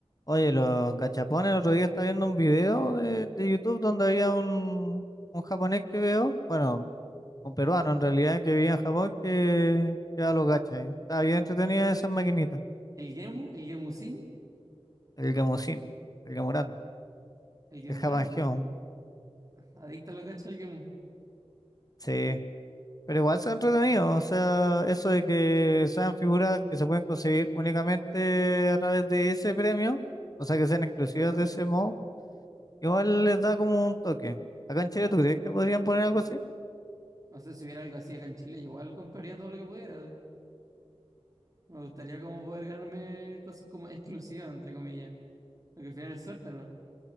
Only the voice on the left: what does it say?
Oye, los gachapones, el otro día estaba viendo un video de, de YouTube donde había un, un japonés que veo, bueno, un peruano en realidad, que vivía en Japón, que, que daba los gachas. y Estaba bien entretenida esas maquinitas,
el gamusín, el gamurando,
el japangeon,
sí. Pero igual son entretenidos, o sea, eso de que sean figuras que se pueden conseguir únicamente a través de ese premio, o sea, que sean exclusivas
de ese modo, igual les da como un toque. Acá en Chile, ¿tú crees que podrían
poner algo así?